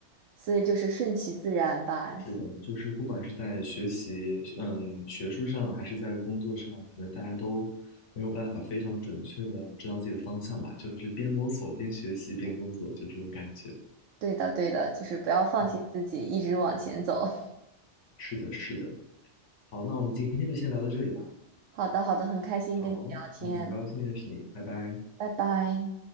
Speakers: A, on the right (about 80°); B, on the left (about 80°).
A: 所以就是顺其自然吧。
B: 是的，就是不管是在学习，嗯，学术上还是在工作上，可能大家都没有办法非常准确的知道自己的方向吧，就是边摸索边学习边工作，就这种感觉。
A: 对的，对的，就是不要放弃自己，
B: 嗯，
A: 一直往前走。
B: 是的，是的。好，那我们今天就先聊到这里吧。
A: <laughs> 好的，好的，很开心跟你聊天，
B: 好，嗯，很高兴认识你，拜拜。
A: 拜拜。